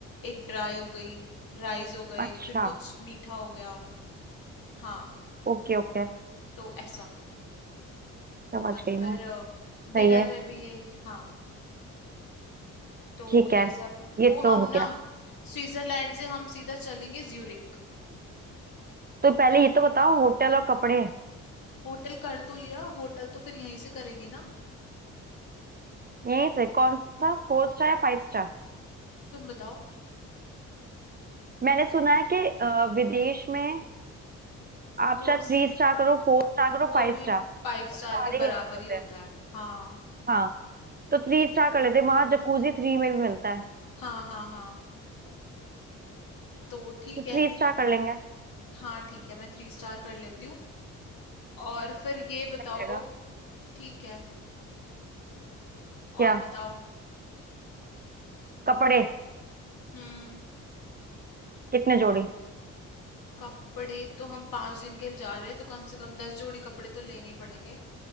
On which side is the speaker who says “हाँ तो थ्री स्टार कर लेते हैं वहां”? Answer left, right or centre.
Right